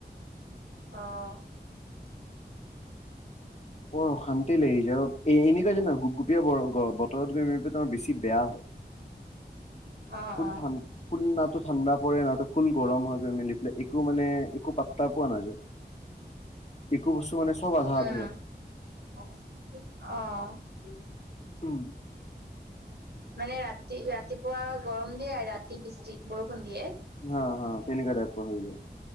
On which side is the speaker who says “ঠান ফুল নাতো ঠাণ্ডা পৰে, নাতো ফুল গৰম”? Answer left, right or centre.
Left